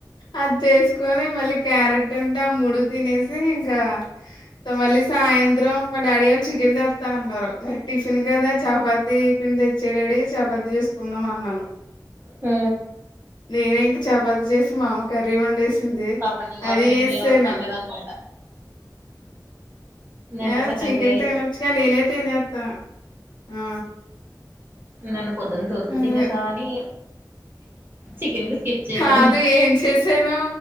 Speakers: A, on the left (about 80°); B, on the right (about 30°).
A: అది చేసుకొని మళ్ళీ క్యారెట్ ఉంటే ఆ మూడు తినేసి ఇంకా మళ్ళీ సాయం సాయంత్రం మా డాడీ గారు చికెన్ తెస్తా అన్నారు మరి టిఫిన్ కదా చపాతి పిండి తెచ్చేయి డాడి చపాతి చేసుకుందాం అన్నాను
B: ఆ
A: నేనే ఇంక చపాతి చేసి మా అమ్మ కర్రీ వండేసి సింది
B: పాపం నీ కోసం
A: అది
B: ఇంట్లో
A: ఎసేసాను
B: ఎవరు తినలేదనమాట నిన్న
A: ఏ
B: సండే
A: చికెన్ తినొచ్చు కా నేనే తినేస్తాను ఆ
B: నిన్న పొద్దున దోశలు
A: అదే
B: తినేసావని చికెన్ కి స్కిప్ చేసావు
A: కాదు ఏం చేసాను